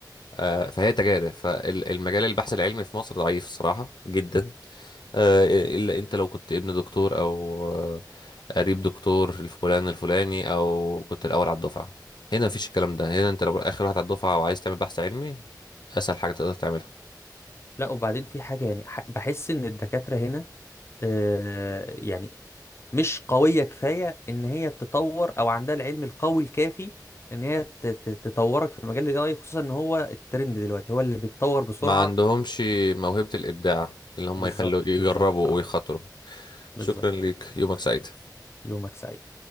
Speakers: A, on the left; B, on the left.
A: آه فهي تجارب فالمجال البحث العلمي في مصر ضعيف صراحه جدا آه، الا انت لو كنت ابن دكتور او آه، قريب دكتور الفلان الفلاني او كنت الاول على الدفعه هنا مفيش الكلام ده هنا انت لو اخر واحد على الدفعه وعايز تعمل بحث علمي اسهل حاجه تقدر تعملها
B: لا وبعدين في حاجه يعني ح- بحس ان الدكاتره هنا آه يعني مش قويه كفايه ان هي تطور او عندها العلم القوي الكافي ان هي ت- ت- تطورك في مجال الاي اي خصوصا ان هو الترند دلوقتي هو اللي بيتطور بسرعه
A: ما عندهمش موهبه الابداع اللي هم
B: بالظبط
A: يخلوا يجربوا
B: بالظبط اه
A: ويخاطروا
B: بالظبط
A: شكرا ليك يومك سعيد
B: يومك سعيد